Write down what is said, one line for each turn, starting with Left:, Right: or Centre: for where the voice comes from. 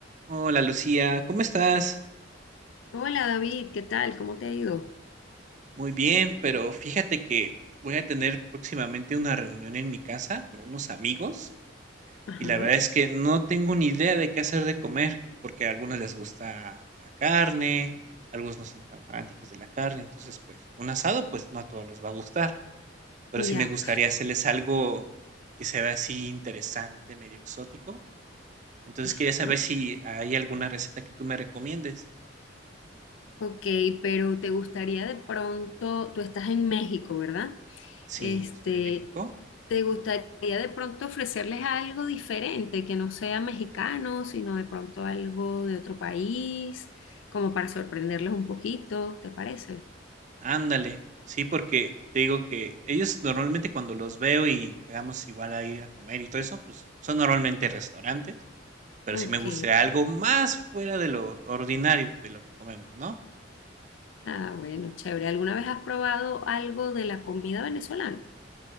Right: Hola Lucía, ¿cómo estás?
Left: Hola David, ¿qué tal? ¿Cómo te ha ido?
Right: Muy bien, pero fíjate que voy a tener próximamente una reunión en mi casa con unos amigos
Left: Ajá,
Right: y la verdad es que no tengo ni idea de qué hacer de comer, porque a algunos les gusta la carne, algunos no son tan fanáticos de la carne, entonces pues un asado pues no a todos les va a gustar, pero
Left: ya.
Right: sí me gustaría hacerles algo que se vea así interesante, medio exótico. Entonces
Left: Ajá.
Right: quería saber si hay alguna receta que tú me recomiendes.
Left: Ok, pero te gustaría de pronto, tú estás en México, ¿verdad?
Right: Sí,
Left: Este,
Right: yo soy de México.
Left: ¿te gustaría de pronto ofrecerles algo diferente que no sea mexicano, sino de pronto algo de otro país, como para sorprenderles un poquito, ¿te parece?
Right: Ándale, sí, porque te digo que ellos normalmente cuando los veo y quedamos igual a ir a comer y todo eso, pues son normalmente restaurantes, pero
Left: Ok.
Right: si me gustaría algo más fuera de lo ordinario de lo que comemos, ¿no?
Left: Ah, bueno, chévere. ¿Alguna vez has probado algo de la comida venezolana?